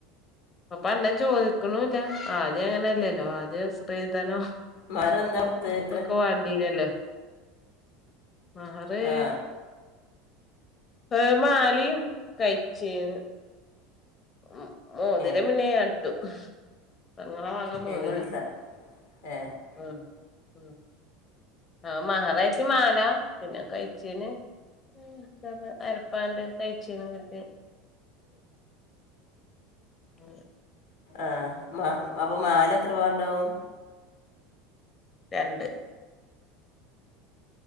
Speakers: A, on the left; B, on the left.
A: പ്പൊ പണ്ണേ ചോദിക്കുണൂല്ല ആദ്യം അങ്ങനെയല്ലല്ലോ ആദ്യം സ്ത്രീധനം
B: മാറെന്താ കൊടുത്ത് എത്ര
A: പൊക്കെ വാണ്ടീനല്ലോ മഹറ്
B: ആ
A: ഒരു മാലയും കൈ ചെയിനും ഉം മോതിരം
B: ഏ
A: പിന്നെ ഞാൻ ഇട്ടു പെങ്ങളാ വക മോതിരം
B: എങ്ങോട്ട ഏ
A: അഹ് ആഹ് മഹറായിട്ട് മാലാ പിന്നെ കൈ ചെയിന് ഉം തന്നെ അരപ്പവന്റെ ഒരു കൈ ചെയിനും കിട്ടി <unintelligible>
B: ആഹ് മാ അപ്പൊ മാല എത്ര പവൻ ണ്ടാവും
A: രണ്ട്